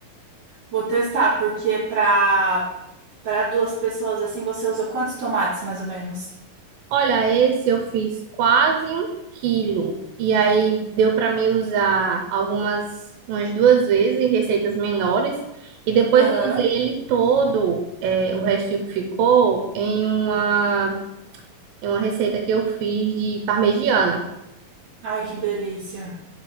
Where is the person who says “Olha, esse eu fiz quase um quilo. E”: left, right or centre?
Right